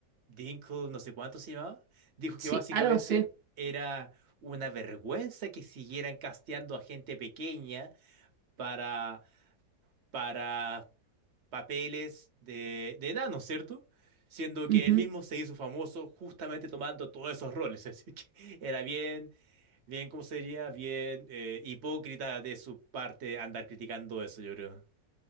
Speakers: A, on the right; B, on the right.
A: Dinkle, no sé cuánto se llamaba, dijo
B: Sí,
A: que básicamente
B: algo así.
A: era una vergüenza que siguieran casteando a gente pequeña para, para papeles de, de enanos, ¿cierto? Siendo
B: Ujú,
A: que él mismo se hizo famoso justamente tomando todos esos roles, así que <laughs> era bien, Bien, ¿cómo sería? Bien eh, hipócrita de su parte andar criticando eso, yo creo.